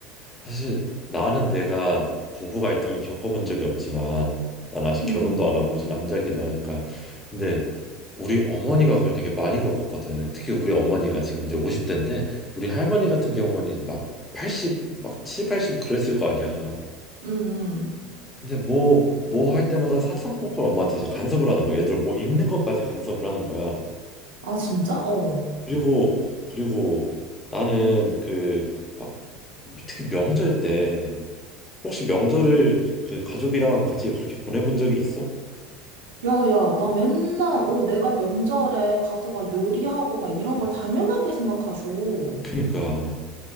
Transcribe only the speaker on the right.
음,
음, 음.
아, 진짜? 어.
야, 야, 나 맨날, 어, 내가 명절에 가서 막 요리하고 막 이런
걸 당연하게 생각하죠.